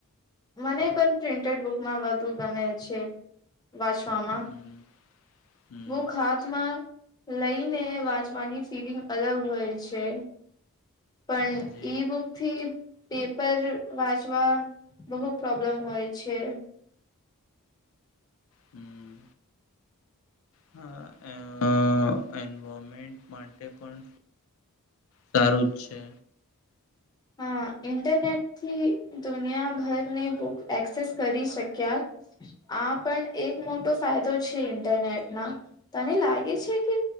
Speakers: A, on the left; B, on the left.
A: મને પણ પ્રિન્ટેડ બુકમાં વધુ ગમે છે. વાંચવામાં
B: હમ હમ
A: ભૂખ હાથમાં. લઈને વાંચવાની ફિલિંગ અલગ હોય છે. પણ
B: જે
A: ઈ બુક થી પેપર. વાંચવા બહુ પ્રોબ્લેમ હોય છે.
B: હમ હા એમેન્ટ માટે પણ સારું છે.
A: હા ઇન્ટરનેટથી દુનિયાભરની બુક એક્સેસ કરી શક્યા આ પણ એક મોટો ફાયદો છે ઇન્ટરનેટના તને લાગે છે કે